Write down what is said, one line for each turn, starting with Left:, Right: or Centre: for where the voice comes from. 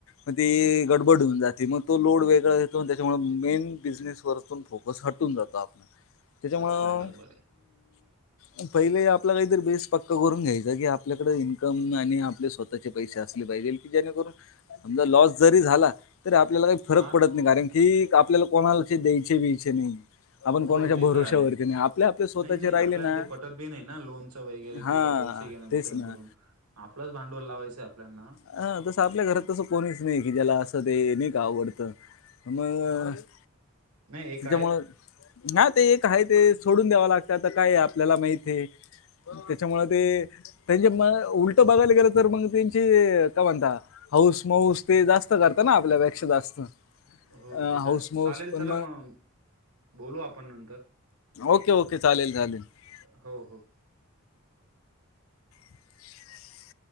Left: म ते गडबड होऊन जाते मग तो लोड वेगळा येतो त्याच्यामुळे मेन बिझनेस वरतून फोकस हट कून जातो आपण. त्याच्यामुळं
Right: अच्छा बरोबर आहे
Left: अम पहिले आपला काहीतरी बेस पक्का करून घ्यायचा की आप आपल्याकडे इन्कम आणि आपले स्वतःचे पैसे असले पाहिजेल की जेणेकरून समजा लॉस जरी झाला तरी आपल्याला फरक
Right: हा
Left: पडत
Right: तर
Left: नाही कारण की आपल्याला कोणाला द्यायचे ब्यायचे नाही. आपण
Right: हो
Left: कोणाच्या
Right: ते
Left: भरोश्यावरती
Right: तर आहेत
Left: नाही आपले आपले स्वतःचे
Right: नाही नाही
Left: राहिले
Right: आपल्या
Left: ना
Right: ते पटत बी नाही ना लोन वगैरे
Left: हा
Right: किंवा पैसे घेणं
Left: तेच
Right: दुसऱ्यांकडून
Left: ना
Right: आपलंच भांडवल लावायचं आपल्यांना.
Left: अ तसं आपल्या घरात तसं कोणीच नाही की ज्याला असं ते नाही का आवडतं. मग
Right: नाही एक
Left: त्याच्यामुळं
Right: आहेत
Left: नाय ते एक आहे ते सोडून द्यावं लागतं आता काय आप ल्याला माहिते, त्याच्यामुळ ते त्यांचे मग उलट बघायला गेलं तर मग त्यांची काय म्हणता? हौस मऊस ते जास्त करत ना आपल्यापेक्षा जास्त.
Right: हो
Left: अ
Right: ते
Left: हाऊस
Right: तर आहे
Left: माऊस
Right: चालेल
Left: पण
Right: चला मग बोलू आपण नंतर.
Left: Okay okay. चालेल चालेल. हो.
Right: हो- हो
Left: <inaudible>